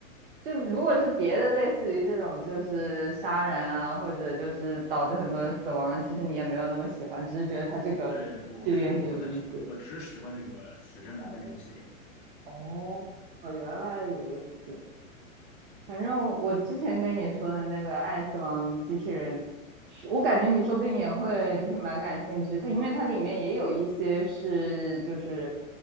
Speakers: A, on the right; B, on the left.
A: 就如果是别的，类似于这种，就是杀人啊，或者就是导致很多人死亡，其实你也没有那么喜欢，只是觉得它这个系列很有意思。
B: 对，不是的，我不太喜欢，我只喜欢这个死神来了这个系列。
A: 哦，哦原来如此。反正我之前跟你说的那个《爱死亡机器人》，是我感觉你说不定也会就是蛮感兴趣。它因为它里面也有一些是就是